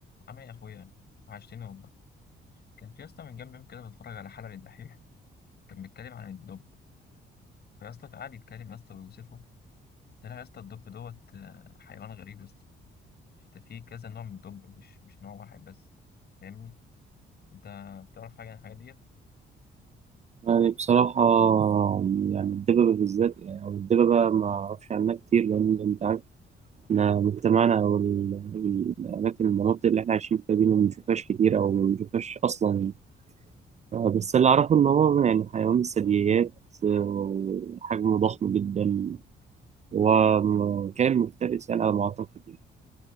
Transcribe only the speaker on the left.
عامل ايه يا اخويا عشتني والله كان في يا اسطى من كام يوم كده بتفرج على حلقه للدحيح كان بيتكلم عن الدب فيا اسطى قعد يتكلم يا اسطى ويوصفه طلع يا اسطى الدب دوت آه، حيوان غريب يا اسطى حتى في كذا نوع من الدب مش مش نوع واحد بس فاهمني انت بتعرف حاجه عن الحاجات ديت